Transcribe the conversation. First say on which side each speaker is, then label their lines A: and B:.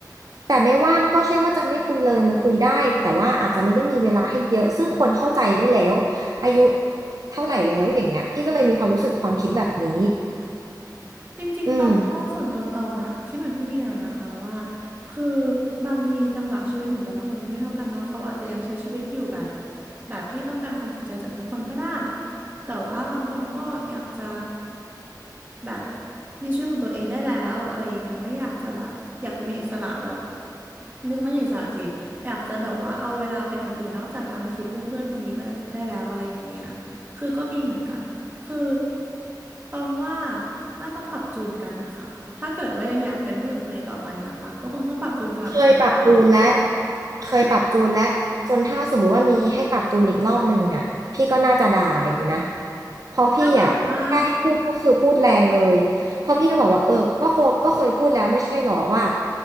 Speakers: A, on the right (about 55°); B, on the right (about 25°).
A: แต่ไม่ว่างก็ใช่ว่าจะไม่คุยเลยมันคุยได้แต่ว่าอาจจะไม่ได้มีเวลาให้เยอะซึ่งควรเข้าใจได้แล้วอายุเท่าไหร่แล้วอย่างเงี้ยพี่ก็เลยมีความรู้สึกความคิดแบบนี้
B: จริงๆตองก็ส่วนตัวตองอะคิดเหมือนพี่เมียนะคะว่า
A: อืม
B: คือบางทีจังหวะชีวิตของแต่ละคนมันไม่เท่ากันเนาะเขาอาจจะยังใช้ชีวิตอยู่แบบแบบที่ต้องการความสนใจจากทุกคนก็ได้แต่ว่าบางคนก็อยากจะ แบบมีชีวิตของตัวเองได้แล้วอะไรอย่างเงี้ยไม่อยากจะแบบอยากจะมีอิสระแบบเรียกว่าไม่ใช่อิสระสิอยากจะแบบว่าเอาเวลาไปทำอย่างอื่นนอกจากการมาคิดเรื่องเพื่อนคนนี้ก็ได้แล้วอะไรอย่างเงี้ยคือก็มีเหมือนกันคือตองว่าน่าต้องปรับจูนกันนะคะถ้าเกิดว่ายังอยากเป็นเพื่อนกับคนนี้ต่อไปนะคะก็คงต้องปรับจูนกันแบบครั้งใหม่เลย
A: เคยปรับจูนและเคยปรับจูนและจนถ้าสมมุติว่ามีให้ปรับจูนอีกรอบหนึ่งอ่ะพี่ก็น่าจะด่าอยู่นะเพราะพี่อ่ะถ้าให้พูดก็คือพูดแรงเลยเพราะพี่ก็บอกว่าเออก็โคก็เคยพูดแล้วไม่ใช่หรอว่า
B: ถ้าเกิดว่า